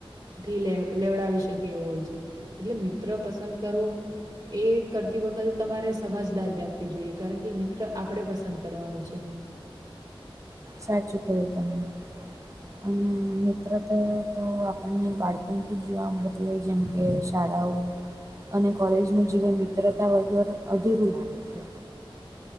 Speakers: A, on the right; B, on the right.
A: થી લ લવડાવી શકે એવું હોય છે એટલે મિત્ર પસંદ કરવો એ કરતી વખતે તમારે સમજદારી રાખવી જોઈએ કારણ કે મિત્ર આપડે પસંદ કરવાનો છે
B: સાચું કહ્યું તમે અને મિત્રતા તો આપણને બાળપણથી જ જોવા મળતી હોય જેમ કે શાળાઓ અને કોલેજ નું જીવન મિત્રતા વગર અધૂરું લાગે છે